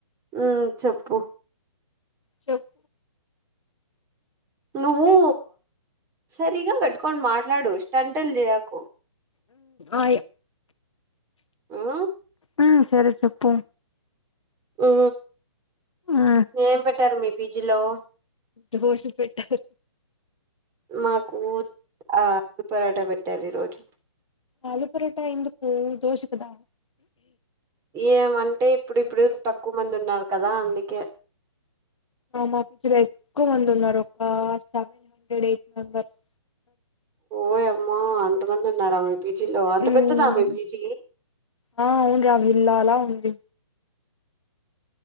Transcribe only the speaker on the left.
చెప్
ఆయి
ఆ సరే చెప్పు.
ఆ
దోస పెట్టారు.
ఆలు పరోట ఎందుకు దోశ కదా.
అవునా
మా పిజీ లో ఎక్కువ మంది ఉన్నారు. ఒక సెవెన్ హండ్రెడ్ ఎయిట్ మెంబర్స్.
ఉమ్
ఆ అవునురా విల్లాలా ఉంది.